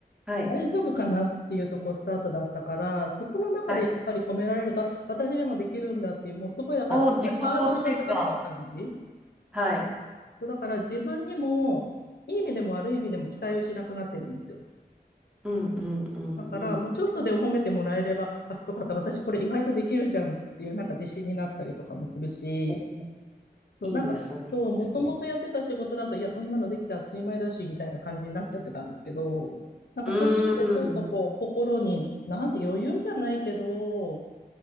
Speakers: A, in the centre; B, on the left.
A: はい。
B: 大丈夫かなっていうとこスタートだったから、そこの中でやっぱり褒められると、
A: はい。
B: あ私でもできるんだっていう、もうすごい、だから、
A: お、
B: すごいハードルが下がってる感じ。
A: 自己肯定感。はい。
B: そう、だから自分にも、いい意味でも悪い意味でも期待をしなくなってるんですよ。
A: うん、うん、うん、
B: だから、
A: うん。
B: もうちょっとでも褒めてもらえれば、あ、よかった、私これ意外とできるじゃんっていう、なんか自信になったりとかもするし、
A: お
B: そう、
A: いいですね。
B: なんか、そう、
A: いいですね。
B: もともとやってた仕事だと、いや、そんなのできたら当たり前だし、みたいな感じになっちゃってたんですけど、なんかそういう意味でちょっとこう、
A: うーん。
B: 心に、なんて余裕じゃないけど、